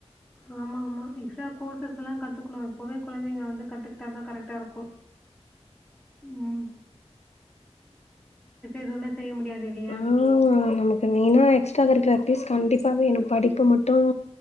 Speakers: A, in the centre; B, on the left.
A: ஆமா ஆமா எக்ஸ்ட்ரா கோர்சஸ் எல்லா கத்துக்கணு இப்பவே கொழந்தைங்க வந்து கத்துக்கிட்டா தா கரெக்டா இருக்கு உம் எதுவுமே செய்ய முடியாது இல்லையா?
B: ஆஹ் நமக்கு மெய்ன எக்ஸ்ட்ரா கரிகுலர் <unintelligible> கண்டிப்பா வேணு படிப்பு மட்டும்